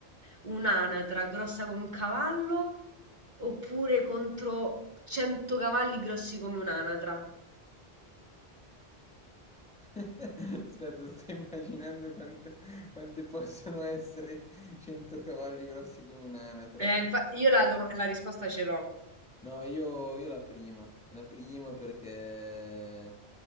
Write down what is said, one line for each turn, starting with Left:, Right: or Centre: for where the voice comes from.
Right: un'anatra grossa come un cavallo oppure contro 100 cavalli grossi come un'anatra?
Centre: <laughs> Aspetta, sto immaginando quanto- quante possono essere 100 cavalli grossi come un'anatra.
Right: Eh, infa- io la, dom- la risposta ce l'ho.
Centre: No, io, io la prima, la prima perché